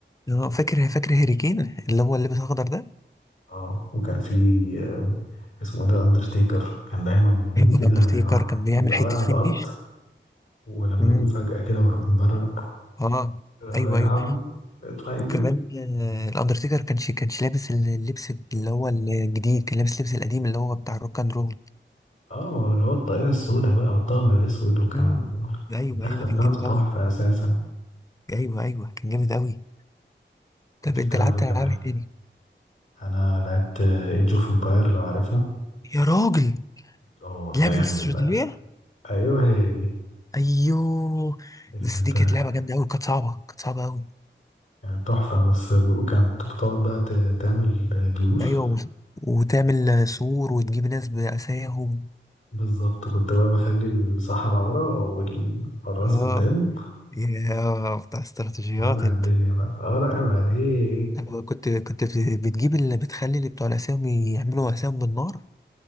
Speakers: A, on the left; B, on the left.
A: آه، فاكر فاكر هاري كين اللي هو اللي لابس اخضر ده
B: اه وكان في آه، اسمه إيه ده أندرتيكر كان دايما يقوم
A: ايوه
B: كده
A: الاندرتيكر
B: يروح
A: كان بيعمل
B: يبقى
A: حته
B: واقع على
A: فينش
B: الأرض ولما
A: امم
B: يقوم فجأة كده ويروح مبرق
A: اه
B: هو
A: ايوه
B: يا
A: ايوه
B: عم اطلع يجري
A: وكمان آه، الاندرتيكر كانش كانش لابس اللبس اللي هو الجديد كان لابس اللبس القديم اللي هو بتاع الروك اند رول
B: اه اللي هو الطاقية السوداء بقى والطقم الأسود وكان
A: امم ايوه
B: الدخلة
A: ايوه كان
B: بتاعته
A: جامد
B: تحفة
A: قوي
B: أساسا
A: ايوه ايوه كان جامد قوي
B: كنت
A: طب انت
B: بتلعب
A: لعبت
B: ايه كمان؟
A: العاب إيه تاني
B: انا لعبت ايج اوف امباير لو عارفها
A: يا راجل
B: او اللي
A: لعبه
B: هي
A: الاستراتيجيه
B: ال- ايوه هي دي
A: ايوه
B: اللي
A: بس
B: انت
A: دي كانت لعبه جامده قوي كانت صعبه كانت صعبه قوي
B: يعني تحفه بس وكانت بتقعد بقى ت- تعمل جيوش
A: ايوه و- وتعمل آه، سور وتجيب ناس باساهم
B: بالظبط كنت بقى بخلي الصحراء ورا والحراس
A: اه
B: قدام
A: يا بتاع استراتيجيات
B: وولع
A: انت
B: الدنيا بقى اه لا عيب عليك
A: أنا كنت كنت بتجيب اللي بتخلي اللي بتوع الأسامي يعملوا أسامي بالنار